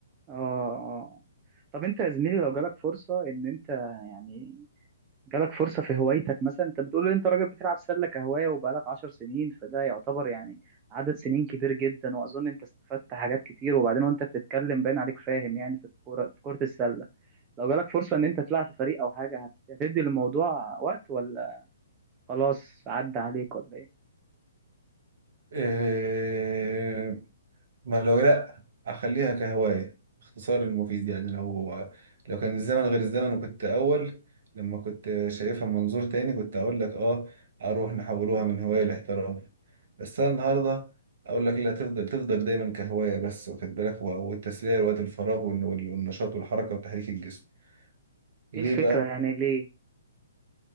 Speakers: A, on the right; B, on the right.
A: اه اه طب انت يا زميلي لو جالك فرصة ان انت يعني جالك فرصة في هوايتك مثلا انت بتقول ان انت راجل بتلعب سلة كهواية وبقالك عشر سنين فده يعتبر يعني عدد سنين كبير جدا واظن انت استفدت حاجات كتير وبعدين وانت بتتكلم باين عليك فاهم يعني في الكورة في كرة السلة لو جالك فرصة ان انت تلعب في فريق او حاجة هت- هتدي للموضوع وقت ولا خلاص عدى عليك ولا ايه؟
B: عم ما لو لا اخليها كهواية اختصار المفيد يعني لو لو كان الزمن غير الزمن وكنت اول لما كنت شايفها من منظور تاني كنت اقول لك اه اروح نحولوها من هواية لاحتراف بس انا النهاردة اقول لك لا تفضل تفضل دايما كهواية بس واخد بالك و- والتسلية لوقت الفراغ والن- والنشاط والحركة وتحريك الجسم ليه
A: ايه الفكرة
B: بقى
A: يعني ليه؟